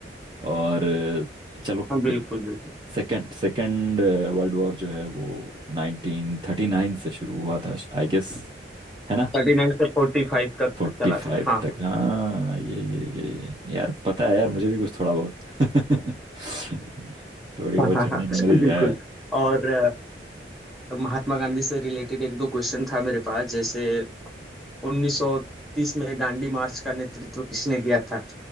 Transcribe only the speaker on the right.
और अ, चलो
फिर
सेकंड सेकंड वर्ल्ड वॉर जो है वो नाइनटीन थर्टी नाइन से शुरू हुआ था आई गेस है ना
फोर्टी
फाइव
तक हाँ ये ये ये ये यार पता है यार मुझे भी कुछ थोड़ा बहुत <laughs> थोड़ी
बहुत
जनरल
नॉलेज
है